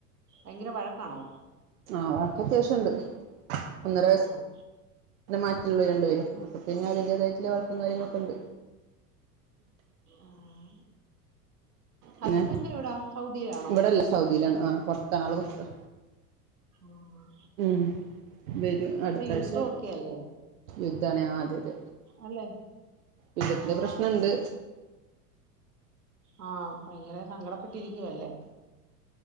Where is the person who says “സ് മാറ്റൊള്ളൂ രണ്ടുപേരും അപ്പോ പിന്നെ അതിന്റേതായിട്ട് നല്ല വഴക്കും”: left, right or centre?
Right